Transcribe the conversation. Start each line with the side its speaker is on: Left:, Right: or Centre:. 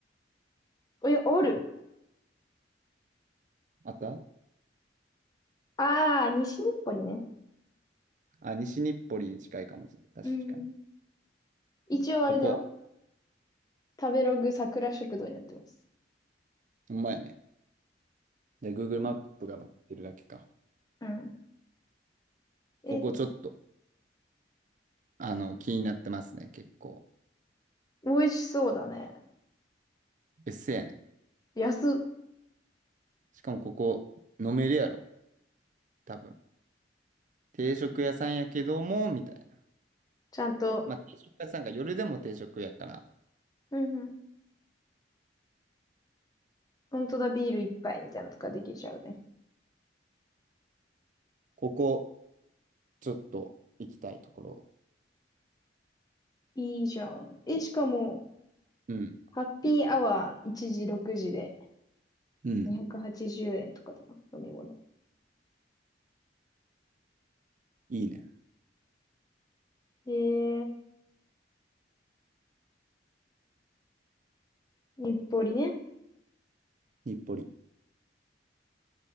Left: おや、ある。
Right: こ。あった
Left: あー、西日暮里ね。
Right: あ、西日暮里に近いかもしれない。確かに。
Left: うん。一応あれだよ。
Right: ここ。
Left: 食べログ桜食堂になってます。
Right: ほんまやね。じゃあ、Google
Left: こ
Right: マップが持ってるだけか。
Left: うん。え、
Right: ここちょっと、あの、気になってますね。結構。
Left: 美味しそうだね。
Right: 別姓やね。
Left: 安、
Right: しかもここ、飲めるやろ。多分。定食屋さんやけども、みたいな。
Left: ちゃんと。
Right: まあ、定食屋さんが夜でも定食やから、
Left: うんうん。本当だ、ビール一杯みたいなのとかできちゃうね。
Right: ここ、ちょっと行きたいところ。
Left: いいじゃん。え、しかも、
Right: うん。
Left: ハッピーアワー1時6時で
Right: うん。
Left: 280円とかだよ、飲み物。
Right: いいね。
Left: で、日暮里ね。
Right: 日暮里。